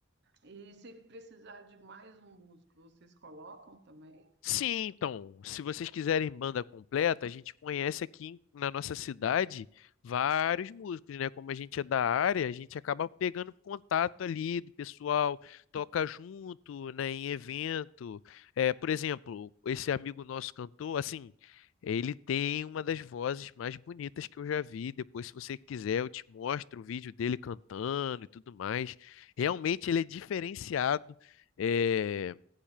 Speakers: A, on the right (about 60°); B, on the left (about 70°).
A: E se precisar de mais um músico, vocês colocam também?
B: Sim, então, se vocês quiserem banda completa, a gente conhece aqui em- na nossa cidade vários músicos, né? Como a gente é da área, a gente acaba pegando contato ali do pessoal, toca junto, né, em evento. É, por exemplo, esse amigo nosso cantor, assim, ele tem uma das vozes mais bonitas que eu já vi. Depois, se você quiser, eu te mostro o vídeo dele cantando e tudo mais. Realmente ele é diferenciado. É,